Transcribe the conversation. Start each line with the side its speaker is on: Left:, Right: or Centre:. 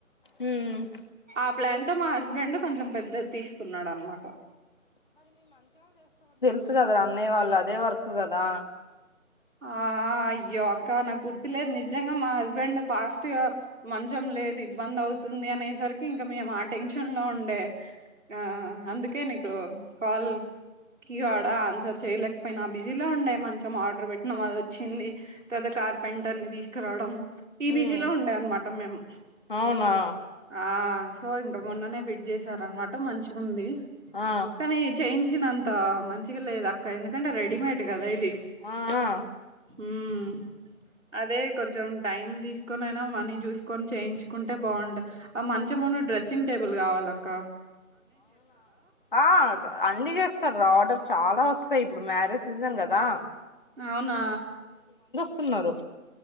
Left: హ్మ్
Right: ఆ ప్లాన్ తో మా హస్బెండ్ కొంచెం పెద్దది తీసుకున్నాడు అనమాట
Left: చ్చు కదా అన్నయ్య వాళ్ళు అదే వర్క్ గదా
Right: ఆ అయ్యో అక్క నాకు గుర్తు లేదు నిజంగా మా హస్బెండ్ ఫాస్ట్గా మంచం లేదు ఇబ్బంది అవుతుంది అనేసరికి ఇంకా మేము ఆ టెన్షన్ లో ఉండే ఆ అందుకే నీకు కాల్ కి కూడ ఆన్సర్ చేయలేకపోయినా బిజీలో ఉండే మంచం ఆర్డర్ పెట్ నమోదు వచ్చింది తర్వాత కార్పెంటర్ ని తీసుకురావడం ఈబీజీలో
Left: ఉమ్
Right: ఉండే అన్నమాట తం మేము
Left: అవునా
Right: ఆ సో ఇంక మొన్ననే ఫిట్ చేశారన్నమాట మంచిగ ఉంది
Left: ఆ
Right: కానీ చేయించిన అం ఇంత మంచిగా లేదు అక్క ఎందుకంటే రెడీమేడ్ కదా ఇది
Left: ఆ ఆ
Right: హ్మ్ అదే కొంచెం టైం తీసుకొని అయినా మనీ చూసుకొని చేయించుకుంటే బావుంట ఆ మంచము ను డ్రెస్సింగ్ టేబుల్ కావాల అక్క
Left: ఆ అన్నీ చేస్తారు రా ఆర్డర్ చాలా వస్త అంతే ఇప్పుడు మ్యారేజ్ సీజన్ కదా
Right: అవునా
Left: స్తున్నారు